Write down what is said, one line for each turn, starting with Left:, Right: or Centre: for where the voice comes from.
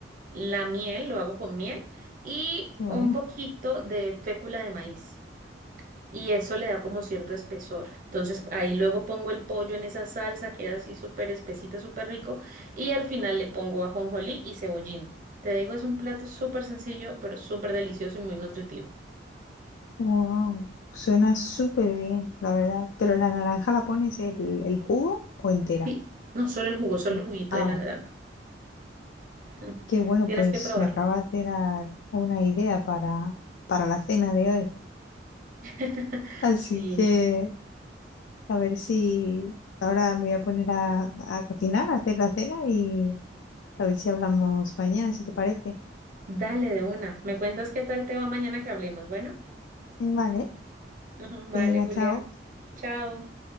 Right: la miel, lo hago con miel y
Left: qué
Right: un
Left: bueno.
Right: poquito de fécula de maíz y eso le da como cierto espesor. Entonces ahí luego pongo el pollo en esa salsa, queda así súper espesita, súper rico, y al final le pongo ajonjolí y cebollín. Te digo, es un plato súper sencillo, pero súper delicioso y muy nutritivo.
Left: Wow, suena súper bien, la verdad. Pero la naranja la pones el, el jugo o entera.
Right: Sí, no solo el jugo, solo
Left: En-
Right: el juguito
Left: Ah,
Right: de la
Left: vale.
Right: naranja. <laughs>
Left: Qué bueno,
Right: Tienes
Left: pues
Right: que probarlo.
Left: me acabas de dar una idea para, para la cena de hoy.
Right: <laughs>
Left: Así
Right: Sí,
Left: que a ver si ahora me voy a poner a, a cocinar, a hacer la cena y a ver si hablamos mañana, si te parece.
Right: dale de una. Me cuentas qué tal te va mañana que hablemos. Bueno,
Left: Vale,
Right: <laughs> vale,
Left: venga,
Right: Julia.
Left: chao.
Right: Chao.